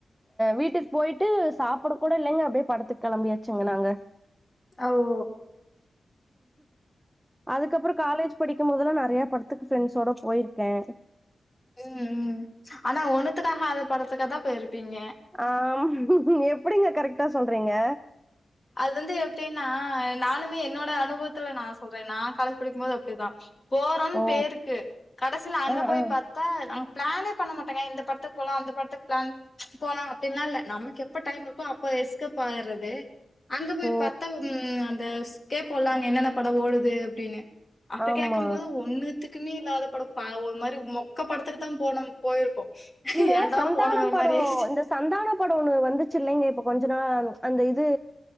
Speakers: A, in the centre; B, on the left (about 25°).
A: வீட்டுக் போய்ட்டு சாப்புட கூட இல்லைங்க அப்படியே படத்துக் கிளம்பியாச்சுங் நாங்க
B: ஆ ஓ
A: அதுக்கப்பறோ காலேஜ் படிக்கும் போதல்லா நிறையா படத்துக் ஃப்ரெண்ட்ஸோட போயிருக்கே
B: ம் ம் ஆனா ஒண்ணுத்துக்காகாத படத்துக்க தா போயிருப்பீங்க
A: ஆம் எப்படிங்க கரெக்ட்டா சொல்றீங்க
B: அது வந்து எப்டின்னா நானுமே என்னோட அனுபவத்துல நா சொல்றேன்னா நா காலேஜ் படிக்கும்போது அப்டிதா போறோன்
A: ஓ
B: பேருக்கு கடைசில அங்க
A: ஆ
B: போய்
A: ஆ
B: பாத் தா நாங் பிளானே பண்ண மாட்டங்க இந்த படத்துக் போலா அந்த படத்துக் பிளான் போலா அப்படின்ல்லா இல்ல நமக் எப்ப டைம் இருக்கோ அப்ப எஸ்கேப் ஆயிரது அங்க போய்
A: ஓ
B: பாத்த ம் அந்த ஸ்கே போலான் என்னென்ன படோ ஓடுதுனு அப்டின்னு அப்ப
A: ஆமா
B: கேக்கம் போது ஒண்ணு த்துக்குமே இல்லாத படம் ஒரு மாரி மொக்க படத்துக்கு தா போன போயிருக்கோ
A: இந்த
B: ஏன்டா
A: சந்தானம்
B: போனோங்கிற
A: படோ
B: மாரி ஆயிடுச்சு
A: இந்த சந்தான படோ ஒன்னு வந்துச்சு இல்லைங்க இப்ப கொஞ்ச நா அந்த இது